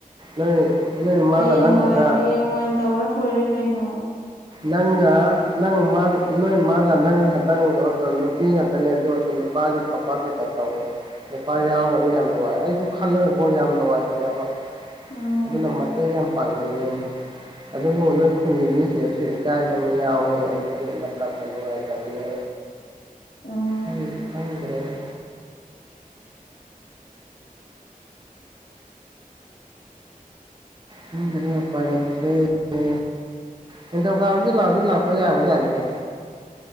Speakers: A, on the right; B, on the left.
A: ꯅꯣꯏ ꯅꯣꯏ ꯃꯥꯒ
B: ꯍꯌꯦꯡꯋꯥꯏ
A: ꯅꯪ ꯈꯠꯇ
B: ꯍꯌꯦꯡꯋꯥꯏ ꯇꯧꯔ ꯂꯣꯏꯔꯦ ꯀꯩꯅꯣ
A: ꯅꯪꯒ ꯅꯪ ꯅꯣꯏ ꯃꯥꯒ ꯅꯪꯒ ꯈꯇꯪ ꯀꯩꯅꯣ ꯇꯧ ꯅꯨꯄꯤ ꯉꯥꯛꯇꯅꯦ ꯑꯗꯨ ꯑꯣꯏꯔꯁꯨ <unintelligible> ꯇꯧꯋꯦ ꯅꯨꯄꯥ ꯌꯥꯎꯔꯒꯗꯤ ꯌꯥꯝ ꯅꯨꯡꯉꯥꯏ ꯑꯩꯁꯨ ꯈꯜꯂꯒꯀꯣ ꯌꯥꯝ ꯅꯨꯡꯉꯥꯏꯇꯦꯕ
B: ꯎꯝ
A: ꯑꯗꯨꯅ ꯃꯇꯦꯡ ꯌꯥꯝ ꯄꯥꯡꯅꯤꯡꯉꯦ ꯑꯗꯨꯕꯨ ꯅꯣꯏ ꯈꯨꯜꯒꯤ ꯃꯤꯁꯤꯡꯅꯁꯨ ꯏꯀꯥꯏꯕ ꯑꯃ ꯌꯥꯎꯋꯦ ꯑꯗꯨꯒꯤ ꯃꯇꯝꯒ ꯅꯨꯡꯉꯥꯏꯇꯕꯅꯦ
B: ꯎꯝ
A: ꯑꯩ ꯈꯪꯗ꯭ꯔꯦꯗ
B: <inaudible>
A: ꯈꯪꯗ꯭ꯔꯦ ꯎꯄꯥꯏ ꯂꯩꯇ꯭ꯔꯦ ꯑꯗꯣ ꯅꯤꯡꯊꯧ ꯀꯥꯕꯁꯨ ꯂꯥꯛꯇꯤ ꯂꯥꯛꯄ ꯌꯥꯕ ꯖꯥꯠꯅꯤꯗ